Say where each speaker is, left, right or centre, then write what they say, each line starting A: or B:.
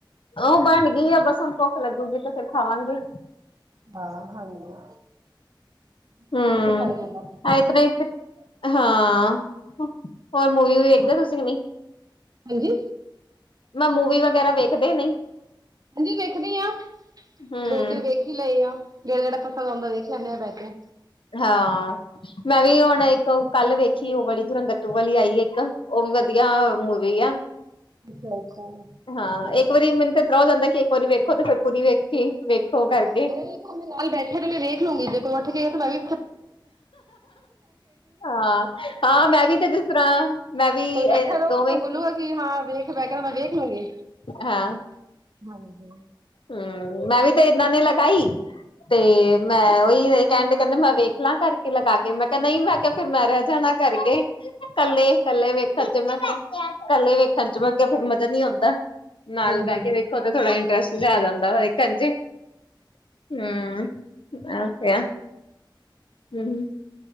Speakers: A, on the left; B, on the right.
A: ਉਹ ਬਣ ਗਈ ਆ ਬਸ ਹੁਣ ਭੁੱਖ ਲੱਗੂਗੀ ਤੇ ਫਿਰ ਖਾਵਾਂਗੇ।
B: ਹਾਂ ਹਾਂਜੀ। ਪਤਾ
A: ਹਮ
B: ਕਿੱਥੇ ਖਾਇਆ ਜਾਂਦਾ
A: ਆ ਹਾਂ। ਹੋਰ ਮੂਵੀ ਵੀ ਵੇਖਦੇ ਤੁਸੀਂ ਵੀ।
B: ਹਾਂਜੀ।
A: ਮੈਂ ਮੂਵੀ ਵਗੈਰਾ ਵੇਖਦੇ ਨਹੀਂ।
B: ਹਾਂਜੀ ਵੇਖਣੀ ਆ
A: ਹੂੰ।
B: ਦੋ ਤਿੰਨ ਵੇਖ ਹੀ ਲਏ ਆ। ਜਿਹੜਾ ਜਿਹੜਾ ਪੱਖਾ ਲਾਂਦਾ ਵੇਖ ਆਦੇ ਆ ਬਹਿ ਕੇ।
A: ਹਾਂ ਮੈਂ ਵੀ ਹੁਣ ਇੱਕ ਕੱਲ ਵੇਖੀ ਉਹ ਵਾਲੀ ਦੁਰੰਦਰ ਟੂ ਉ ਵਾਲੀ ਆਈ ਹੈ। ਉਹ ਵੀ ਵਧੀਆ ਮੂਵੀ ਆ।
B: ਅੱਛਾ ਅੱਛਾ
A: ਹਾਂ
B: ਵਧੀਆ
A: ਇੱਕ ਵਾਰੀ
B: ਫਿਰ
A: ਮੈਨੂੰ ਤੇ ਤਰ ਹੋ ਜਾਂਦਾ ਕਿ ਇੱਕ ਵਾਰੀ ਵੇਖੋ ਤੇ ਫਿਰ ਪੂਰੀ ਵੇਖੀ ਵੇਖੋ। ਕਰਕੇ,
B: ਮੇ ਨਾਲ ਬੈਠੇ ਨੇ ਮੈਂ ਵੇਖ ਲਉਗੀ ਜੇ ਕੋਈ ਉੱਠ ਕੇ ਤਾਂ ਮੈਂ ਵੀ।
A: ਹਾਂ। ਹਾਂ ਮੈਂ ਵੀ ਤੇ ਜਿਸ ਤਰ੍ਹਾਂ, ਮੈਂ ਵੀ
B: <unintelligible> ਬੈਠਾ ਰੂਗਾ
A: ਦੋਵੇਂ
B: ਕੋਈ ਬੋਲੂਗਾ ਕਿ ਹਾਂ ਵੇਖ ਬਹਿ ਕੇਣਾ ਮੈਂ ਵੇਖ ਲੂੰਗੀ।
A: ਹਾਂ
B: ਹਾਂਜੀ
A: ਹਮ ਮੈਂ ਵੀ ਤੇ ਇਨਾ ਨੇ ਲਗਾਈ। ਤੇ ਮੈਂ ਉਹੀ ਕਹਿੰਦੇ ਕਹਿੰਦੇ ਮੈਂ ਵੇਖ ਲਾਂ ਕਰਕੇ ਲਗਾ ਕੇ ਮੈਂ ਕਿਹਾ ਨਹੀਂ ਮੈਂ ਕਿਹਾ ਫਿਰ ਮੈਂ ਰਹਿ ਜਾਣਾ। ਕਰ ਕੇ ਕੱਲੇ ਕੱਲੇ ਵੇਖਣ ਚ ਮੈਂ ਕਿਹਾ ਕੱਲੇ ਵੇਖਣ ਚ ਮੈਂ ਕਿਹਾ ਫੇਰ ਮਜ਼ਾ ਨਹੀਂ ਆਉਂਦਾ। ਨਾਲ
B: ਹਾਂਜੀ
A: ਬਹਿ ਕੇ ਵੇਖੋ ਤੇ ਥੋੜਾ ਇੰਟਰਸਟ ਜਾ ਜਾਂਦਾ ਵ ਦੇਖਣ ਚ ਹਮ ਓਕਿਆ ਹਮ।